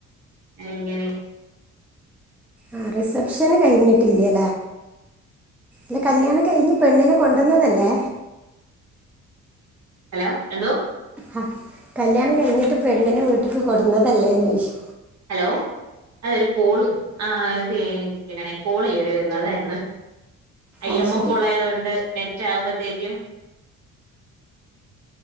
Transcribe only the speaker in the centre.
ആ റിസപ്ഷന് കയ്ഞ്ഞ് ല്ല്യ ലെ കല്യാണം കഴിഞ്ഞ് പെണ്ണിനെ കൊണ്ടോന്നതല്ലേ
ആ കല്യാണം കഴിഞ്ഞിട്ട് പെണ്ണിനെ വീട്ടിക്ക് കൊടുന്നതല്ലേന്ന് ചോയ്ച്ച
ആ
ശരി